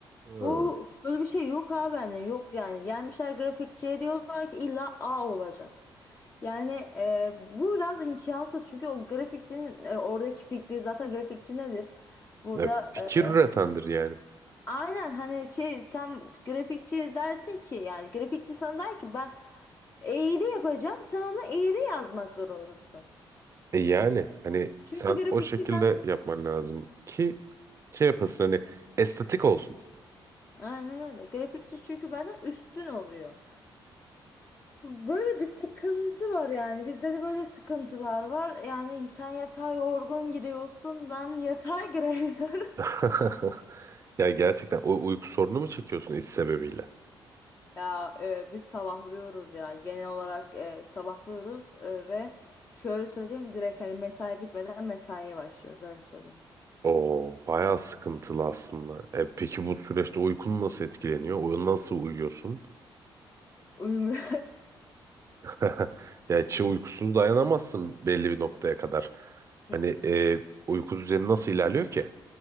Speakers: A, on the right (about 35°); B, on the left (about 25°).
A: Hı.
B: bu böyle bir şey yok abi hani yok yani. Gelmişler grafikçiye diyorlar ki illa A olacak. Yani e, bu biraz imkansız çünkü o grafikçinin e, oradaki fikri zaten grafikçi nedir? Burada
A: E, fikir
B: e,
A: üretendir yani.
B: aynen hani şey sen grafikçi dersin ki yani grafikçi sana der ki ben eğri yapacağım sen ona eğri yazmak zorundasın.
A: E, yani hani
B: Çünkü
A: sen
B: grafikçi
A: o şekilde
B: ben
A: yapman lazım ki şey yapasın hani estetik olsun.
B: aynen öyle grafikçi çünkü benden üstün oluyor. Böyle bir sıkıntı var yani bizde de böyle sıkıntılar var yani sen yatağa yorgun giriyorsun ben yatağa giremiyorum.
A: <laughs>
B: <laughs>
A: Ya gerçekten o uyku sorunu mu çekiyorsun iş sebebiyle?
B: Ya e, biz sabahlıyoruz ya genel olarak e, sabahlıyoruz e, ve şöyle söyleyeyim direkt hani mesai bitmeden mesaiye başlıyoruz öyle söyleyeyim.
A: Oo, bayağı sıkıntılı aslında. E, peki bu süreçte uykun nasıl etkileniyor? Uy- Nasıl uyuyorsun?
B: Uyumuyor.
A: <laughs> Ya hiç uykusuz dayanamazsın belli bir noktaya kadar.
B: <laughs>
A: Hani e, uyku düzeni nasıl ilerliyor ki?